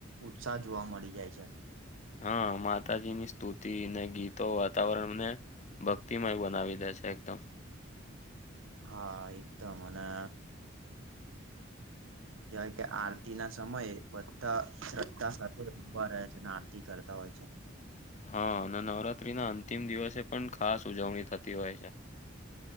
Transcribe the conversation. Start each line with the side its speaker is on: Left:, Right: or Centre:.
Right: ઉત્સાહ જોવા મળી જાય છે.
Left: હ, માતાજી ની સ્તુતિ ને ગીતો વાતાવરણને ભક્તિમય બનાવી દે છે એકદમ.
Right: હા એકદમ અને હેવાય કે, આરતી ના સમયે બધા શ્રદ્ધા સાથે ભા રહે છે અને આરતી કરતા હોય છે.
Left: હ ને નવરાત્રી ના અંતિમ દિવસે પણ ખાસ ઉજવણી થતી હોય છે.